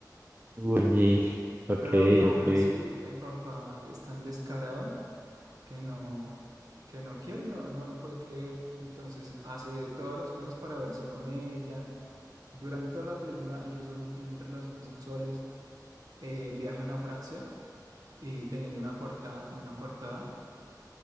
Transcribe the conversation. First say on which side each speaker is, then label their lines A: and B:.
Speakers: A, on the right; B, on the right.
A: Uy, ok,
B: Pero aún
A: ok.
B: así, el papá es tan descarado que no, que no quiere, no, no lo puede creer. Entonces hace todas las cosas para verse con ella. Durante toda la película, ellos dos mantienen relaciones sexuales eh, viajan a Francia y teniendo una cuarta, una coartada